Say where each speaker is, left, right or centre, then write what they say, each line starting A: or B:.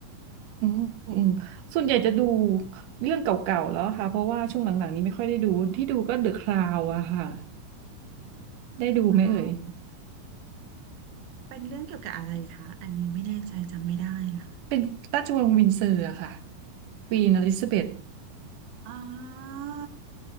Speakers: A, on the right; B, on the right.
A: อืมอืมส่วนใหญ่จะดูเรื่องเก่าๆแล้วค่ะเพราะว่าช่วงหลังๆนี้ไม่ค่อยได้ดูที่ดูก็เดอะคราวอะค่ะ
B: The
A: ได้ดูไหมเอ่ย
B: Crown เป็นเรื่องเกี่ยวกับอะไรคะอันนี้ไม่แน่ใจจำไม่ได้นะคะ
A: เป็นราชวงศ์วินเซอร์อะค่ะควีนอลิซาเบธ
B: อ๋อ